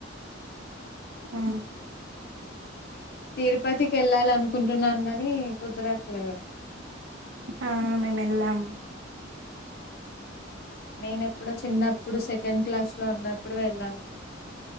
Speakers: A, on the right; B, on the left.
A: హు
B: తిరుపతికి వెళ్ళాల అనుకుంటున్నాను కాని కుదరట్లేదు
A: ఆ మేము ఎల్లం
B: నేనెప్పుడో చిన్నప్పుడు సెకండ్ క్లాస్ లో ఉన్నప్పుడు వెళ్ళాను